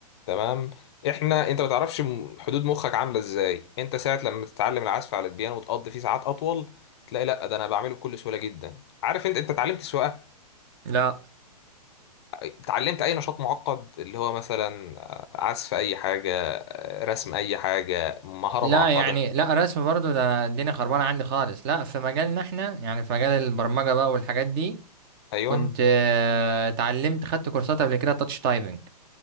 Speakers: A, on the left; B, on the right.
A: تمام احنا انت ما تعرفش م- حدود مخك عاملة ازاي انت ساعة لما تتعلم العزف على البيانو وتقضي فيه ساعات اطول تلاقي لا ده انا بعمله بكل سهولة جدا عارف انت انت اتعلمت سواقة
B: لا
A: اتعلمت اي نشاط معقد اللي هو مثلا آه، عزف اي حاجة آه، رسم اي حاجة مهارة
B: لا
A: معقدة
B: يعني لا رسم برضو ده انا الدنيا خربانه عندي خالص لا في مجالنا احنا يعني في مجال البرمجه بقى والحاجات دي
A: ايوه
B: كنت آه، اتعلمت خدت كورسات قبل كده تاتش تايبنج